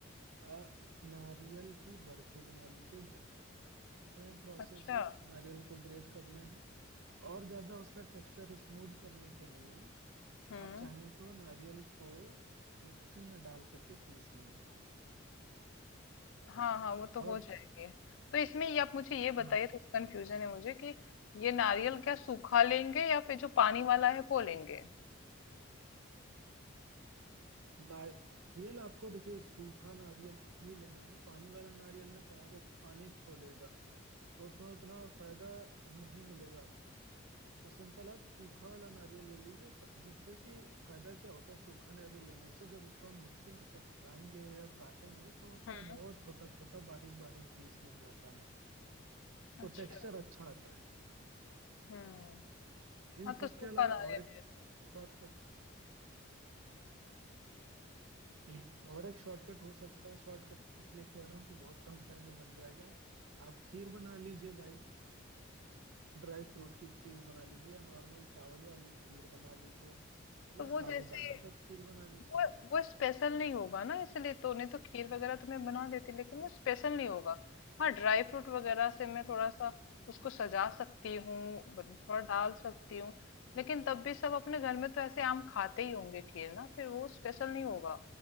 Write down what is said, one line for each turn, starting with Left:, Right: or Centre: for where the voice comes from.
Right: आ, नारियल की बर्फी बना लीजिए घर पे सेम प्रोसेस
Left: अच्छा
Right: है नारियल को ग्रेट करना है और ज्यादा उसका टेक्सचर स्मूथ करने के लिए
Left: हुँ।
Right: आप चाहें तो नारियल को मिक्सी में डाल करके पीस लीजिए
Left: हाँ, हाँ, वो तो
Right: और
Left: हो जाएगी। तो इसमें ये आप मुझे ये बताइए
Right: हाँ
Left: थोड़ी कन्फ्यूज़न है मुझे कि ये नारियल क्या सूखा लेंगे या फिर जो पानी वाला है वो लेंगे?
Right: नारियल आपको देखिए सूखा नारियल ही लेना है पानी वाला नारियल में क्या है वो पानी छोड़ेगा तो उसमें उतना फायदा नहीं मिलेगा आपको तो सिंपल आप सूखा वाला नारियल ले लीजिए त- जिससे कि फायदा क्या होता है सूखा नारियल लेने से जब उसको हम मिक्सी में चलाएंगे या काटेंगे तो उसका
Left: हुँ,
Right: बहुत छोटा छोटा बारीक बारीक पीस बन जाता है
Left: अच्छा।
Right: तो टेक्सचर अच्छा आता है
Left: हुँ।
Right: इन
Left: हाँ, तो
Right: सब
Left: सूखा
Right: के अलावा
Left: नारियल
Right: और एक
Left: ले
Right: शॉर्टकट <clears throat> और एक शॉर्टकट हो सकता है शॉर्टकट इसलिए कह रहा हूँ कि बहुत कम टाइम में बन जाएगा आप खीर बना लीजिए भाई ड्राई फ्रूट की खीर बना लीजिए या नॉर्मल चावल वाली खीर बना लीजिए
Left: तो
Right: या
Left: वो
Right: साबूदाना
Left: जैसे
Right: का खीर बना लीजिए
Left: वो वो स्पेशल नहीं होगा ना इसलिए तो नहीं तो खीर वगैरह तो मैं बना देती लेकिन वो स्पेशल नहीं होगा हाँ ड्राई फ्रूट वगैरह से मैं थोड़ा सा उसको सजा सकती हूँ ब- थोड़ा डाल सकती हूँ लेकिन तब भी सब अपने घर में तो ऐसे आम खाते ही होंगे खीर ना फिर वो स्पेशल नहीं होगा